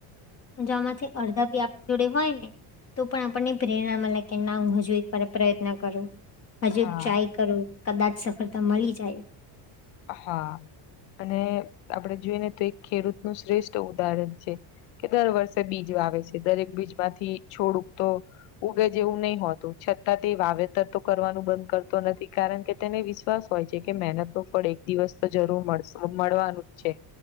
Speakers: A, on the left; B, on the left.
A: જો આમાંથી અડધા બી આપડી જોડે હોય ને તો પણ આપણને પ્રેરણા મલે કે ના હું હજુ એક વાર પ્રયત્ન કરું હજુ
B: હા
A: ટ્રાય કરો કદાચ સફળતા મળી જાય
B: હા અને આપડે જોઈએ ને તો એક ખેડૂત નું શ્રેષ્ઠ ઉદાહરણ છે કે દર વર્ષે બીજ વાવે છે દરેક બીજ માંથી છોડ ઉગતો ઉગે જેવું નહી હોતું છતાં તે વાવેતર તો કરવાનું બંધ કરતો નથી કારણ કે તેને વિસ વિશ્વાસ હોય છે કે મહેનત નો ફળ એક દિવસ તો જરૂર મળશે મળવાનું જ છે